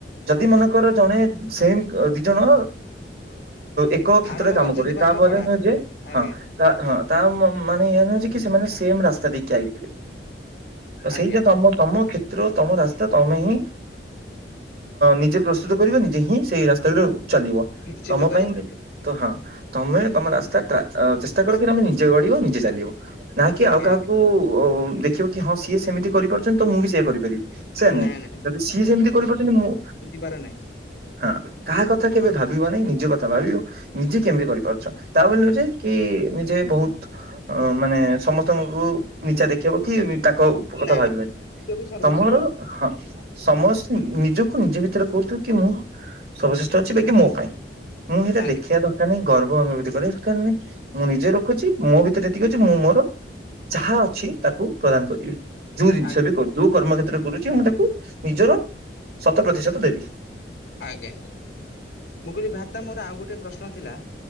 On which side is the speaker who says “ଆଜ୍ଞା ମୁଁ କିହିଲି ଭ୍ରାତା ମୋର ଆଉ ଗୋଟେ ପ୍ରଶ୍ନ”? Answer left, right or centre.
Left